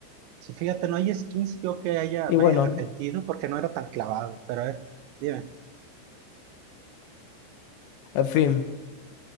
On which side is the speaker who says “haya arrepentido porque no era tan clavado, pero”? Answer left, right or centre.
Right